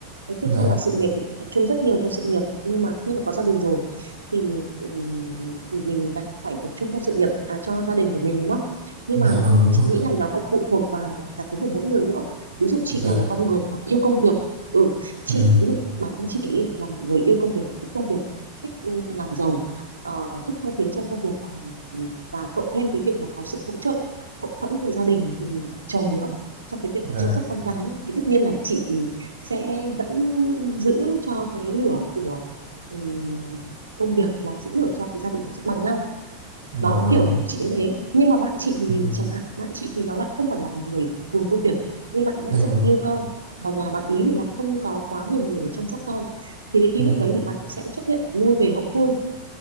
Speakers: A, on the right; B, on the right.
A: Đấy, tiếp
B: dạ,
A: theo là sự nghiệp thì tập trung rất nhiều cho sự nghiệp nhưng mà khi mà có gia đình rồi thì ừm, thì mình lại phải tập trung cho sự nghiệp à, cho gia đình của mình đúng không? Nhưng
B: dạ
A: mà
B: vâng đúng
A: chị
B: rồi.
A: nghĩ là nó còn phụ thuộc vào cá tính của mỗi người nữa. Ví dụ chị
B: Dạ,
A: là một con người mà yêu công việc. Ừ, chị
B: ừ,
A: ví dụ bản thân chị ý là một người yêu công việc, thích công việc, thích ừm, làm giàu, ờ, thích thăng tiến trong công việc và và cộng thêm cái việc mà có sự hỗ trợ hậu thuẫn từ gia đình từ chồng nữa trong cái việc
B: dạ,
A: mà chăm sóc con cái thì tất nhiên là chị sẽ vẫn giữ cho cái lửa của ừm, công việc và giữ lửa cho cái gia đình nó sẽ bằng nhau
B: dạ
A: đó
B: vâng,
A: kiểu chị như thế nhưng mà bạn chị thì
B: ừ,
A: chẳng hạn bạn chị thì nó lại không phải là người cuồng công việc nhưng bạn ấy lại
B: em
A: rất
B: hiểu,
A: yêu con và nhà bạn ý thì lại không có quá nhiều người để chăm sóc con thì đến khi
B: ừ,
A: lúc đấy thì bạn sẽ chấp nhận lui về hậu phương